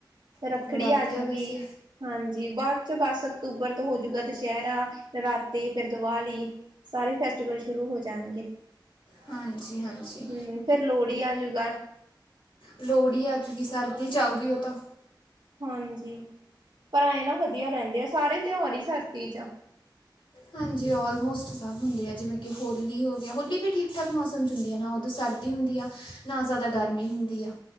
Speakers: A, on the right; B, on the left.
A: ਰੱਖੜੀ
B: ਤੇ ਬੜਾ ਵਧੀਆ
A: ਆਜੂਗੀ
B: ਵੈਸੇ
A: ਹਾਂਜੀ ਬਾਅਦ 'ਚੋ ਦਸ ਅਕਤੂਬਰ ਤੋਂ ਹੋਜੂਗਾ ਦੁਸਹਿਰਾ, ਨਰਾਤੇ ਫੇਰ ਦੀਵਾਲੀ ਸਾਰੇ ਫੈਸਟੀਵਲ ਸ਼ੁਰੂ ਹੋ ਜਾਣਗੇ।
B: ਹਾਂਜੀ, ਹਾਂਜੀ।
A: ਹਮ ਫੇਰ ਲੋਹੜੀ ਆਜੂਗਾ
B: ਲੋਹੜੀ ਆ ਚੁੱਕੀ, ਸਰਦੀ 'ਚ ਆਊਗੀ ਉਹ ਤਾਂ
A: ਹਾਂਜੀ, ਪਰ ਐੰ ਨਾ ਵਧੀਆ ਰਹਿੰਦੇ ਆ ਸਾਰੇ ਤਿਉਹਾਰ ਹੀ ਸਰਤੀ 'ਚ।
B: ਹਾਂਜੀ ਆਲਮੋਸਟ ਸਭ ਹੁੰਦੇ ਆ ਜਿਵੇਂ ਕਿ ਹੋਲੀ ਹੋ ਗਿਆ ਹੋਲੀ ਵੀ ਠੀਕ, ਠਾਕ ਮੌਸਮ 'ਚ ਹੁੰਦੀ, ਨਾ ਉਦੋਂ ਸਰ ਸਰਦੀ ਹੁੰਦੀ ਆ, ਨਾ ਜ਼ਿਆਦਾ ਗਰਮੀ ਹੁੰਦੀ ਆ।